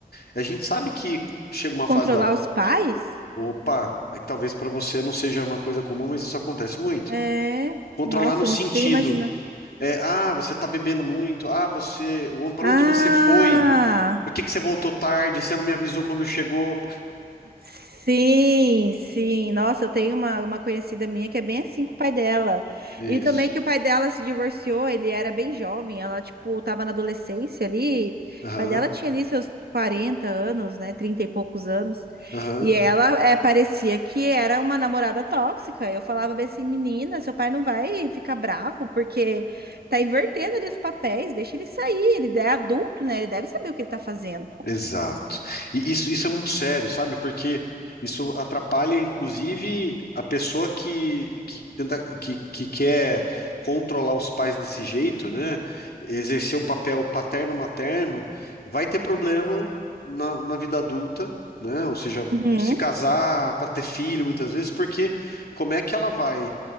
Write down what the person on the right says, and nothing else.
Controlar
os pais?
É.
Nossa,
eu não consigo imaginar.
Ah!
Sim, sim. Nossa, eu tenho uma, uma conhecida minha que é bem assim com o pai dela.
E também que o pai dela se divorciou, ele era bem jovem, ela, tipo, tava na adolescência ali.
O pai dela tinha ali seus 40 anos, né? 30 e poucos anos.
E ela é, parecia que era uma namorada tóxica. Eu falava bem assim, menina, seu pai não vai ficar bravo, porque tá invertendo ali os papéis, deixa ele sair, ele é adulto, né? Ele deve saber o que ele tá fazendo.
Uhum,